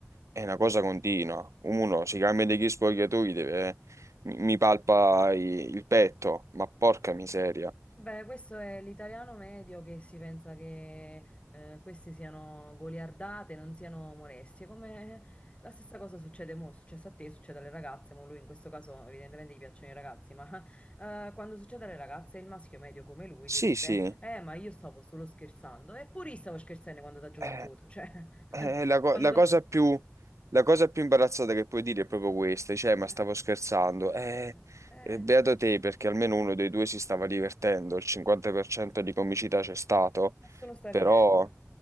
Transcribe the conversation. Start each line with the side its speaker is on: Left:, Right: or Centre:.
Right: È una cosa continua. Uno si cambia degli spogliatoi, deve- mi, mi palpa i- il petto, ma porca miseria.
Left: Beh, questo è l'italiano medio che si pensa che eh, queste siano goliardate, non siano molestie, come la stessa cosa succede mo, è successa a te, succede alle ragazze, mo lui in questo caso evidentemente gli piacciono i ragazzi, ma <laughs> eh, quando succede alle ragazze il maschio medio come lui
Right: Sì,
Left: direbbe,
Right: sì,
Left: eh ma io stavo solo scherzando, eppure io stavo scherzando quando ti ha giocato
Right: è,
Left: tu, cioè,
Right: è
Left: <laughs>
Right: la, co-
Left: quando
Right: la
Left: t'ha-
Right: cosa più, la cosa più imbarazzata che puoi dire è proprio questa, cioè, ma
Left: <laughs> eh,
Right: stavo scherzando. Eh,
Left: eh, eh,
Right: eh, beato te, perché almeno uno dei due si stava divertendo, il 50%
Left: <laughs>
Right: di comicità c'è stato,
Left: nessuno sta
Right: però...
Left: ridendo,